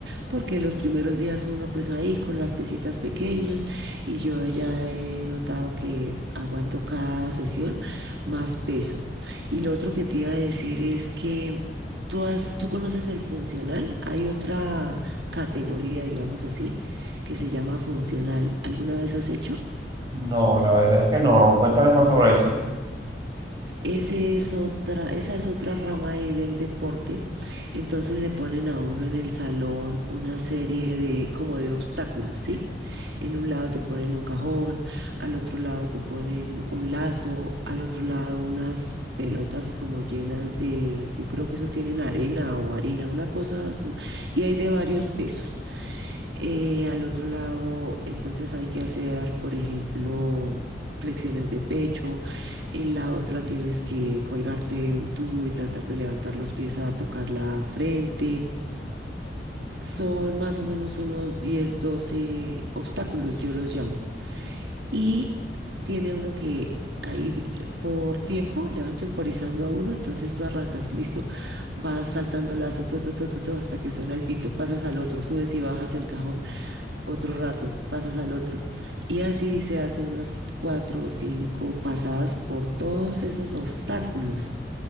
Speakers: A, on the right; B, on the right.
A: porque los primeros días uno pues ahí con las pesitas pequeñas y yo ya he notado que aguanto cada sesión más peso. Y lo otro que te iba a decir es que tú has, tú conoces el funcional, hay otra categoría, digamos así, que se llama funcional. ¿Alguna vez has hecho?
B: No, la verdad es que no. Cuéntame más sobre eso.
A: Ese es otra, esa es otra rama ahí del deporte. Entonces le ponen a uno en el salón una serie de, como de obstáculos, ¿sí? En un lado te ponen un cajón, al otro lado te ponen un lazo, al otro lado unas pelotas como llenas de, yo creo que eso tienen arena o harina, una cosa, su- y hay de varios pesos. Eh, al otro lado, entonces hay que hacer, por ejemplo, flexiones de pecho. En la otra tienes que colgarte un tubo y tratar de levantar los pies a tocar la frente. Son más o menos unos 10 12 obstáculos, yo los llamo. Y tiene uno que ahí vi- por tiempo le van temporizando a uno, entonces tú arrancas, listo, vas saltando lazo, todo, todo, todo, hasta que suena el pito, pasas al otro, subes y bajas el cajón otro rato, pasas al otro. Y así se hace unas cuatro o cinco pasadas por todos esos obstáculos.